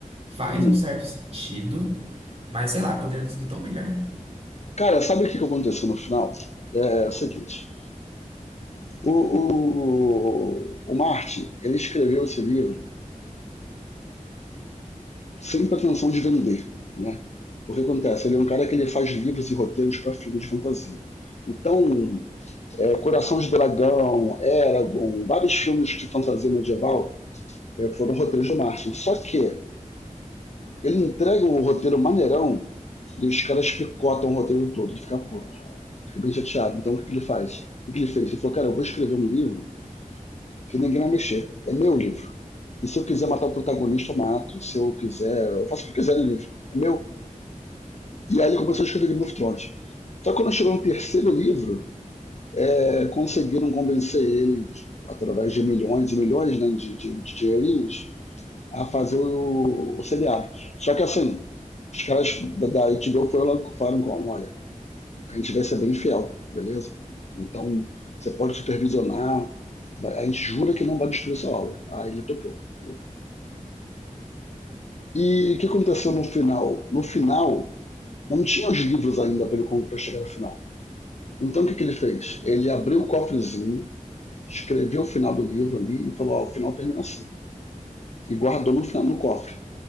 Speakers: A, on the right; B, on the left.
A: Faz
B: uhum.
A: um certo sentido. Mas sei lá, poderia ter sido tão melhor.
B: Cara, sabe o que, que aconteceu no final? É, é o seguinte. O, o, o Martin, ele escreveu esse livro sempre a intenção de vender, né? O que acontece, ele é um cara que ele faz livros e roteiros para filmes de fantasia. Então, é, Coração de Dragão, Eragon, vários filmes de fantasia medieval é, foram roteiros do Martin. Só que ele entrega um roteiro maneirão e os caras picotam o roteiro todo. Ele fica puto, fica bem chateado. Então, o que, que ele faz? O que, que ele fez? Ele falou, cara, eu vou escrever um livro que ninguém vai mexer. É meu livro. E se eu quiser matar o protagonista, eu mato. Se eu quiser, eu faço o que eu quiser no livro. É meu. E aí ele começou a escrever Game of Thrones. Só que quando chegou no terceiro livro, é, conseguiram convencer ele, através de milhões e milhões né, de, de, de dinheirinhos, a fazer o, o seriado. Só que assim, os caras da, da HBO foram logo falaram como, olha, a gente vai ser bem fiel, beleza? Então, você pode supervisionar, vai- a gente jura que não vai destruir essa obra. Aí ele topou. entendeu? E o que aconteceu no final? No final, não tinha os livros ainda para chegar ao final. Então o que, que ele fez? Ele abriu o cofrezinho, escreveu o final do livro ali e falou: Ó, o final termina assim. E guardou no, final- no cofre.